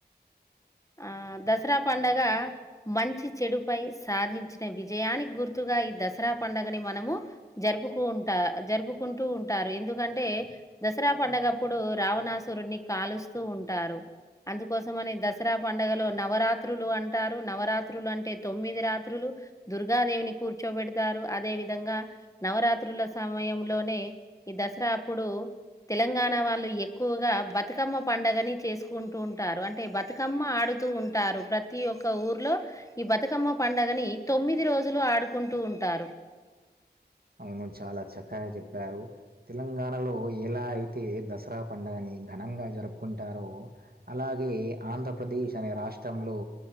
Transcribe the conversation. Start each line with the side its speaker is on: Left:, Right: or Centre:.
Left: ఆ దసరా పండగ మంచి చెడుపై సాధించిన విజయానికి గుర్తుగా ఇ దసరా పండగని మనము జరుపుకుంటా జరుపుకుంటూ ఉంటారు ఎందుకంటే దస ర పండగప్పుడు రావణాసురుని కాలుస్తూ ఉంటారు అందుకోసంమని దస ర పండుగలో నవరాత్రులు అంటారు నవరాత్రులు అంటే తొమ్మిది రాత్రులు దుర్గాదేవిని కూర్చోబెడతారు అదే విధంగా నవరాత్రుల సమయంలోనే ఈ దసరా అప్పుడు తెలంగాణ వాళ్ళు ఎక్కువగా బతుకమ్మ పండగని చేసుకుంటూ ఉంటారు అంటే బ తుకమ్మ ఆడుతూ ఉంటారు ప్రతి ఒక్క ఊర్లో ఈ బతుకమ్మ పండుగని తొమ్మిది రోజులు ఆడుకుంటూ ఉంటారు
Right: అవును చాలా చక్కగా చెప్పారు తెలంగాణలో ఎలా అయితే దసరా పండగని ఘనంగా జరుపుకుంటారో అలాగే ఆంధ్రప్రదేశ్ అనే రాష్ట్రంలో